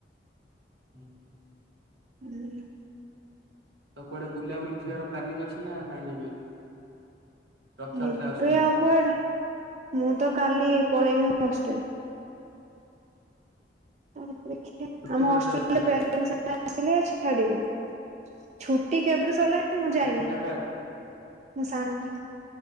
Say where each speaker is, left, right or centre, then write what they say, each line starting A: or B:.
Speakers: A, on the right; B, on the right.
A: ହୁଁ।
B: ହୁଁ।
A: ତ କୁଆଡ଼େ ବୁଲା ବୁଲି ଯିବାର ପ୍ଲାନିଂ ଅଛି ନା ନାଇଁ ଏବେ? ରଥଯାତ୍ରା
B: ଏବେ
A: ଆସୁଛି
B: ଆଉ କୁଆଡ଼େ ମୁଁ ତ କାଲି ପଳେଇମି ହଷ୍ଟେଲ୍। <inaudible> ଦେଖିଆ
A: ଛୁଟି
B: ଆମ
A: ସରିଯାଉଛି
B: ହଷ୍ଟେଲ
A: ତାହେଲେ
B: ରେ ପ୍ରା
A: କାଲି
B: <inaudible> ସମୟ ଆସିଲେ ଛାଡ଼ିବେ। ଛୁଟି କେବେ ଠୁ ସରିଲାଣି ମୁଁ ଯାଇନି
A: ବିନା ପା
B: ମୁଁ ସାଙ୍ଗ ଟା